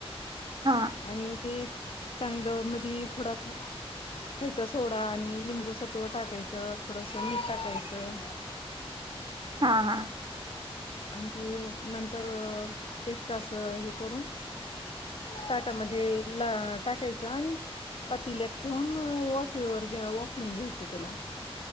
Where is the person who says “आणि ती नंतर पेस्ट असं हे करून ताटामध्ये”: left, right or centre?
Left